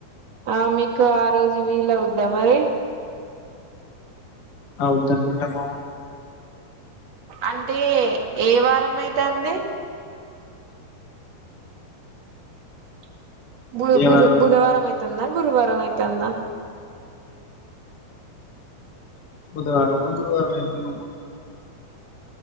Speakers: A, on the right (about 50°); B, on the left (about 45°).
A: ఆ మీకు ఆ రోజు వీల్ అవ్ దమరి
B: అవుదన్ కుంట మామ
A: అంటే ఏ వారం ఐతంది <inaudible> బు
B: ఏ
A: గుర్
B: వారం వెళ్తున్నాము
A: బుధవారం అయితందా గురువారం అయితందా
B: బుధవారమో గురువారమో ఐతున్న